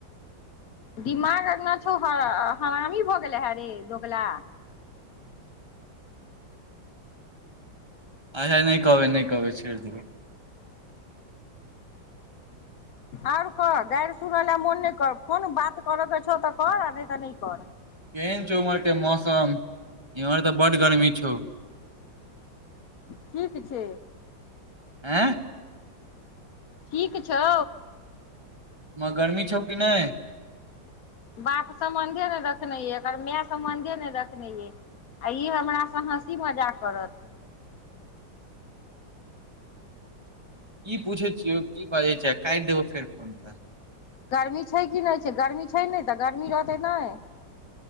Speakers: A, on the left; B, on the right.
A: दिमागना छौ, हरामी भऽ गेले हे रे दोगला
B: अच्छा नहि कहबै नहि कहबै छोड़ि देबै
A: आर कह गारि सुनऽ ल मोन नहि कर कोोन बात करयके छौ, तऽ कर नहि तऽ नहि कर
B: केहन छौ, उम्हरके मौसम एम्हर तऽ बड्ड गर्मी छौ।
A: ठीक छै,
B: आँ
A: ठीक छौ।
B: म गरमी छौ, किी नहि
A: बाप सम्बन्धे नहि रखने अइ एकर माय सम्बन्धे नहि रखने अइै आ ई हमरासँ हँसी मजा करत
B: की पूछै छियौ की बाजै छै। काटि देब फेर फोन तऽ
A: गर्मी छै कि नहि छै, गर्मी छै, नहि तऽ गर्मी रहतै नहि।